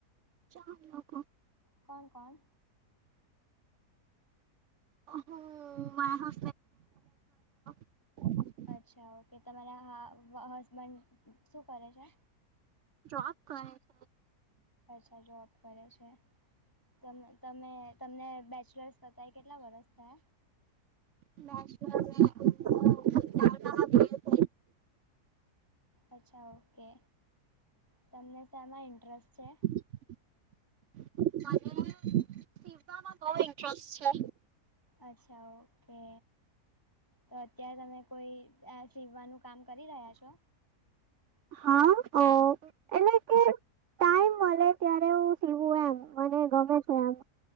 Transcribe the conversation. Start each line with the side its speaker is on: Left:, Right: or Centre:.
Right: <unintelligible>
Left: કોણ કોણ
Right: હમ્મ માય <unintelligible>
Left: અચ્છા ઓકે તમારા હા હસબન્ડ શું કરે છે.
Right: જોબ કરે છે.
Left: અચ્છા જોબ કરે છે. તમે તમે તમને બેચલર્સ પતાય કેટલા વરસ થયા.
Right: <unintelligible> <unintelligible>
Left: અચ્છા ઓકે તમને શમાં ઇન્ટરેસ્ટ છે.
Right: મને <unintelligible> ઇન્ટરેસ્ટ છે.
Left: અચ્છા ઓકે. તો અત્યારે તમે કોઈ આ શિવનું કામ કરી રહ્યા છો.
Right: હા ઓ એટલે કે ટાઈમ મળે ત્યારે હું સીવું એમ મને ગમે છે એમ